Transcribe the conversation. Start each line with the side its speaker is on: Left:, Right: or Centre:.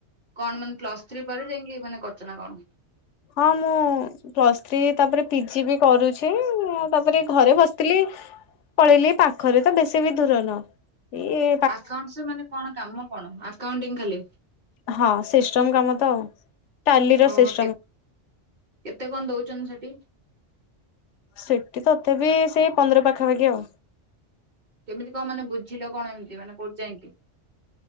Right: କଣ ମାନେ ପ୍ଲସ୍ ଥ୍ରୀ ପରେ ଯାଇକି ମାନେ କରୁଛନା କଣ।
Left: ହଁ ମୁଁ। ପ୍ଲସ୍ ଥ୍ରୀ ତାପରେ ପିଜି ବି କରୁଛି ତାପରେଏ ଘରେ ବସିଥିଲି। ପଳେଇଲିି ଏ ପାଖରେ ତ ବେଶୀ ବି ଦୂର ନୁହଁ ଇଏ।
Right: ଆକାଉଣ୍ଟସ୍ ମାନେ କଣ କାମ କଣ ଆକାଣ୍ଟି ଖାଲି।
Left: ହଁ ସିଷ୍ଟମ୍ କାମ ତ ଆଉ। ଟାଲିର
Right: ଓହୋ
Left: ସିଷ୍ଟମ।
Right: କେତ୍ କେତେ କଣ ଦଉଛନ୍ତି ସେଠି।
Left: ସେଠି ତଥାପି ସେଇ ପନ୍ଦର ପାଖାପାଖି ଆଉ।
Right: କେମିତି କଣ ମାନେ ବୁଝିଲ କଣ ଏମତି ମାନେ କୋଉଠିାଇକି।